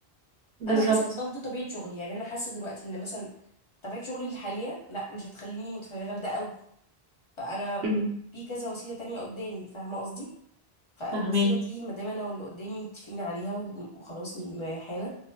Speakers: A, on the right (about 80°); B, on the left (about 30°).
A: بالظبط
B: انا حاسه برضه طبيعه شغلي يعني انا حاسه دلوقتي ان مثلا طبيعه شغلي الحاليه لا مش هتخليني متفرغه لده قوي فانا
A: مم.
B: في كذا وسيله تانية قدامي فاهمه قصدي فالوسيلة
A: فهماكي
B: دي ما دام انا واللي قدامي متفقين عليها و- وخلاص مريحانا